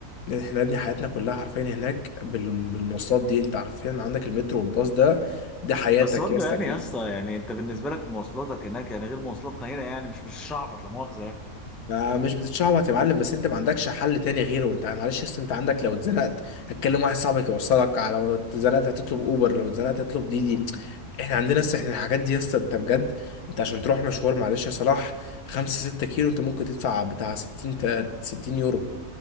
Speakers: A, on the left; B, in the centre.
A: احنا يا ابني حياتنا كلها حرفيا هناك بال- بالمواصلات دي انت عارفين عندك المترو والباص ده ده حياتك
B: بس برضه
A: يا اسطى
B: يعني يا اسطى يعني انت بالنسبه لك مواصلاتك هناك يعني غير مواصلاتنا هنا يعني مش مش شعبط لا مؤاخذه يعني
A: ما مش بتتشعبط يا معلم بس انت ما عندكش حل تاني غيره انت معلش اصل انت عندك لو اتزنقت هتكلم واحد صاحبك يوصلك على لو اتزنقت هتطلب اوبر لو اتزنقت هتطلب ديدي
B: مم،
A: احنا عندنا لسه احنا الحاجات دي يس انت بجد انت عشان تروح مشوار معلش يا صلاح 5 6 كيلو انت ممكن تدفع بتاع 60 تا- 60 يورو